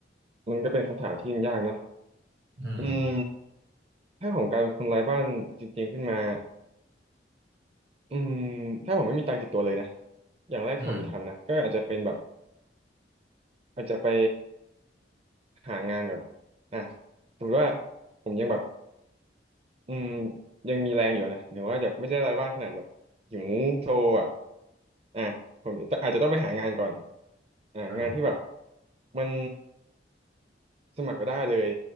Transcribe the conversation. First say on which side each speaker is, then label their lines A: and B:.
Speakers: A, on the right (about 35°); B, on the right (about 80°).
A: มันก็เป็นคำถามที่ยากเนาะ
B: อืม
A: อืมถ้าผมกลายเป็นคนไร้บ้านจริงๆขึ้นมาอืมถ้าผมไม่มีตังค์ติดตัวเลยนะอย่างแรกที่ผมจะทำนะก็อาจจะเป็นแบบ
B: อืม
A: อาจจะไปหางานก่อนอ่ะสมมติว่าผมยังแบบอืมยังมีแรงอยู่นะหรือว่าจะไม่ใช่ไร้บ้านขนาดแบบหิวโซอ่ะอ่ะผมอาจจะต้องไปหางานก่อนอ่างานที่แบบ
B: อืม
A: มัน สมัครก็ได้เลย